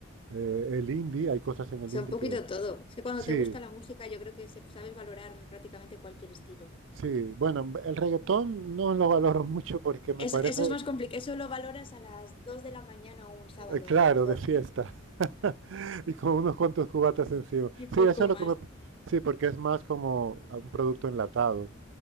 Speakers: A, on the right; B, on the left.
A: eh, el indie. Hay cosas en el
B: O sea,
A: indie
B: un poquito
A: que...
B: todo. Es que cuando
A: Sí,
B: te gusta la música, yo creo que se- sabes valorar prácticamente cualquier estilo.
A: sí. Bueno, el reggaetón no lo valoro <laughs> mucho porque me
B: Es-
A: parece,
B: eso es más complicado. Eso lo valoras a las 2 de la mañana o un sábado,
A: eh, claro,
B: a lo mejor.
A: de fiesta. <laughs> Y con unos cuantos cubatas encima.
B: Y poco
A: Sí, eso es lo
B: más.
A: que me... Sí, porque es más como un producto enlatado.